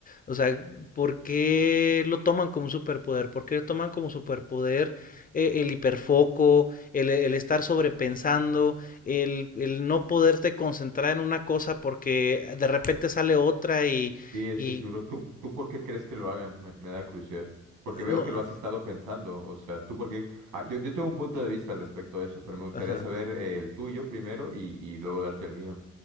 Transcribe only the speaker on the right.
Sí, es,
es duro. ¿Tú, tú por qué crees que lo hagan? Me, me da curiosidad. Porque veo
que lo has estado pensando. O sea, tú porque... yo, yo tengo un punto de vista al respecto de eso, pero me gustaría
saber eh, el tuyo primero y, y luego darte el mío.